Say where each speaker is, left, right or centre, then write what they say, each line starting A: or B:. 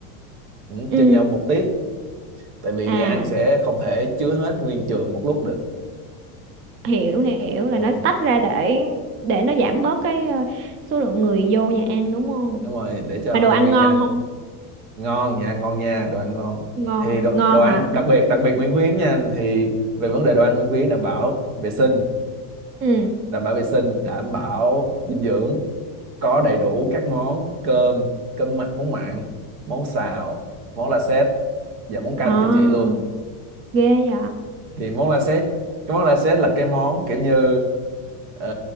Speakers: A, on the right; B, on the right.
A: ừ.
B: ừ
A: trên nhau một tiết tại vì
B: à
A: nhà ăn sẽ không thể chứa hết nguyên trường một lúc được
B: hiểu hiểu là
A: ừ.
B: nó
A: ừ.
B: tách ra để để nó giảm bớt cái ờ, số lượng người vô nhà ăn đúng không
A: đúng rồi để cho
B: mà đồ
A: nhân
B: ăn
A: viên
B: ngon
A: nhà ăn
B: không
A: ngon nha ngon nha đồ ăn ngon
B: ngon
A: thì đồ,
B: ngon
A: đồ ăn
B: hả
A: đặc biệt đặc biệt Nguyễn Khuyến nha thì về vấn đề đồ ăn Nguyễn Khuyến đảm bảo vệ sinh
B: ừ
A: đảm bảo vệ sinh đảm bảo dinh dưỡng có đầy đủ các món cơm cơm mặn món mặn món xào món la sét và món canh
B: à,
A: cho chị luôn
B: ghê vậy
A: thì món la sét cái món la sét là cái món kiểu như ờ,